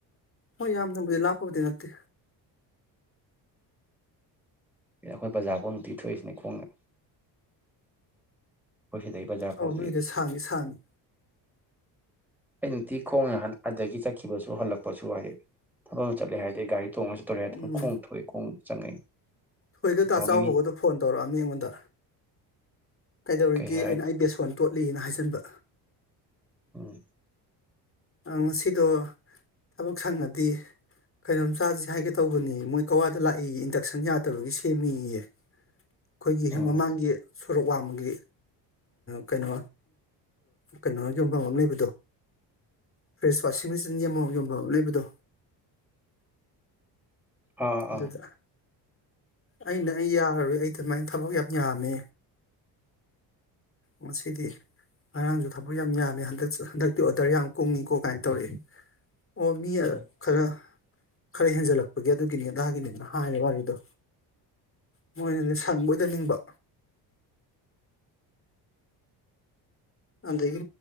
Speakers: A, on the left; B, in the centre.
A: ꯍꯣꯏ ꯌꯥꯝꯗꯕꯨꯗꯤ ꯂꯥꯛꯄꯕꯨꯗꯤ ꯅꯠꯇꯦ
B: ꯑꯦ ꯑꯩꯈꯣꯏ ꯕꯖꯥꯔ ꯐꯥꯎ ꯅꯨꯡꯇꯤ ꯊꯣꯛꯏꯁꯤꯅꯦ ꯈꯣꯡꯅ ꯑꯩꯈꯣꯏ ꯁꯤꯗꯒꯤ ꯕꯖꯥꯔꯐꯥꯎꯗꯤ
A: ꯑꯥꯎ ꯅꯣꯏꯗ ꯁꯥꯡꯉꯤ ꯁꯥꯡꯉꯤ
B: ꯑꯩ ꯅꯨꯡꯇꯤ ꯈꯣꯡꯉꯦ ꯍ ꯑꯗꯒꯤ ꯆꯠꯈꯤꯕꯁꯨ ꯍꯜꯂꯛꯄꯁꯨ ꯍꯥꯏꯗꯤ ꯊꯕꯛ ꯆꯠꯂꯦ ꯍꯥꯏꯔꯗꯤ ꯒꯥꯔꯤ ꯇꯣꯡꯉꯁꯨ ꯇꯧꯔꯦ ꯍꯥꯏꯔꯗꯤ
A: ꯎꯝ
B: ꯑꯗꯨꯝ ꯈꯣꯡ ꯊꯣꯛꯑꯦ ꯈꯣꯡ ꯆꯪꯉꯛꯏ
A: ꯍꯣꯏꯒꯗ
B: ꯁꯤꯐꯥꯎꯒꯤ
A: ꯆꯥꯎꯕꯒꯗ
B: ꯃꯤ
A: ꯐꯣꯟ ꯇꯧꯔꯛꯑꯃꯤ ꯑꯩꯉꯣꯟꯗ ꯀꯩꯗꯧꯔꯤꯒꯦ
B: ꯀꯩ ꯍꯥꯏꯔꯅꯤ
A: ꯑꯩꯅ ꯑꯩ ꯕꯦꯁꯣꯟ ꯇꯣ ꯂꯩꯅ ꯍꯥꯏꯖꯟꯕ
B: ꯎꯝ
A: ꯉꯁꯤꯗꯣ ꯊꯕꯛ ꯁꯪꯉꯗꯤ ꯀꯩꯅꯣꯝꯆꯥꯁꯤꯦ ꯍꯥꯏꯒꯦ ꯇꯧꯕꯅꯤ ꯃꯣꯏ ꯀꯋꯥꯏꯗ ꯂꯥꯛꯏ ꯏꯟꯗꯛꯁꯟ ꯌꯥꯗꯕꯒꯤ ꯁꯦꯝꯃꯤꯌꯦ ꯑꯩꯈꯣꯏꯒꯤ
B: ꯎꯝ
A: ꯃꯃꯥꯡꯒꯤ ꯁꯣꯔꯣꯛ ꯋꯥꯡꯃꯒꯤ ꯀꯩꯅꯣ ꯀꯩꯅꯣ ꯌꯣꯟꯐꯝ ꯑꯃ ꯂꯩꯕꯗꯣ ꯐ꯭ꯔꯤꯖ ꯋꯥꯁꯤꯡ ꯃꯦꯆꯤꯟꯒꯤ ꯑꯃꯨ ꯌꯣꯟꯐꯝ ꯂꯩꯕꯗꯣ
B: ꯑꯥ
A: ꯑꯗꯨꯗ
B: ꯑꯥ
A: ꯑꯩꯅ ꯑꯩ ꯌꯥꯔꯔꯣꯏ ꯑꯩ ꯑꯗꯨꯃꯥꯏꯅ ꯊꯕꯛ ꯌꯥꯝ ꯌꯥꯝꯃꯦ ꯉꯁꯤꯗꯤ ꯉꯔꯥꯡꯁꯨ ꯊꯕꯛ ꯌꯥꯝ ꯌꯥꯝꯃꯦ ꯍꯟꯗꯛꯁꯨ ꯍꯟꯗꯛꯇꯤ ꯑꯣꯔꯗꯔ ꯌꯥꯝ ꯀꯨꯡꯏꯀꯣ ꯀꯥꯏꯅ ꯇꯧꯔꯛꯦ ꯑꯣ ꯃꯤ
B: ꯎꯝ
A: ꯑ ꯈꯔ ꯈꯔ ꯍꯦꯟꯖꯜꯂꯛꯄꯒꯤ ꯑꯗꯨꯒꯤꯅꯤ ꯑꯗꯥꯒꯤꯅꯤꯅ ꯍꯥꯏꯔꯦ ꯋꯥꯔꯤꯗꯣ ꯃꯣꯏꯅꯗꯤ ꯁꯪꯕꯣꯏꯗꯅꯤꯡꯕ ꯑꯗꯒꯤ